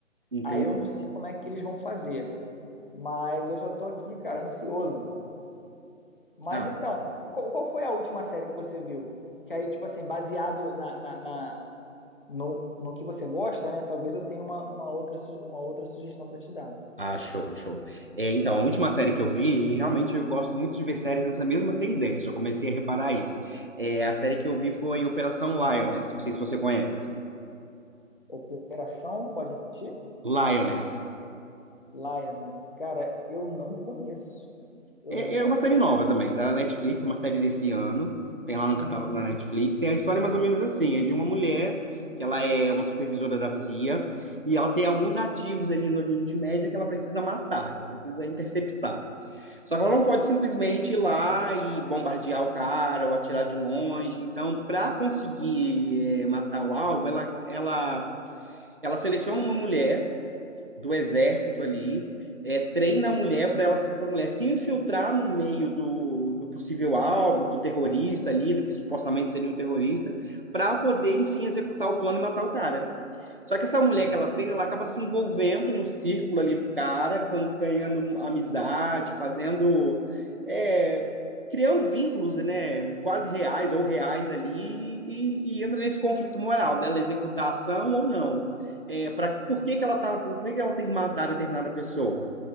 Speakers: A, on the right; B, on the left.
A: Entendi.
B: Aí eu não sei como é que eles vão fazer. Mas eu já tô aqui, cara, ansioso. Mas
A: Ah,
B: então, qual, qual foi a última série que você viu? Que aí, tipo assim, baseado na, na, na- no, no que você gosta, né? Talvez eu tenha uma, uma outra, su- uma outra sugestão para te dar.
A: ah, show, show. É, então, a última série que eu vi, e realmente eu gosto muito de ver séries nessa mesma tendência, já comecei a reparar isso. É, a série que eu vi foi Operação Lioness, não sei se você conhece.
B: Operação, pode repetir?
A: Lioness.
B: Lioness. Cara, eu não conheço. Eu
A: É,
B: não
A: é
B: conheço.
A: uma série nova também, da Netflix, uma série desse ano. Tem lá no
B: Uhum.
A: catálogo da Netflix. E a história é mais ou menos assim: é de uma mulher que ela é uma supervisora da CIA e ela tem alguns ativos ali no Oriente Médio que ela precisa matar, que ela precisa interceptar. Só que ela não pode simplesmente ir lá e bombardear o cara ou atirar de longe. Então, para conseguir eh, matar o alvo, ela, ela, ela seleciona uma mulher do exército ali, é, treina a mulher para ela se para a mulher se infiltrar no meio do, do possível alvo, do terrorista ali, do que supostamente seria um terrorista, para poder, enfim, executar o plano e matar o cara. Só que essa mulher
B: Uhum.
A: que ela treina, ela acaba se envolvendo no círculo ali do cara, can- ganhando amizade, fazendo. é, criando vínculos, né, quase reais ou reais ali, e, e entra nesse conflito moral dela executar a ação ou não. É, pra, por que que ela tá, por que que ela tem que matar determinada pessoa?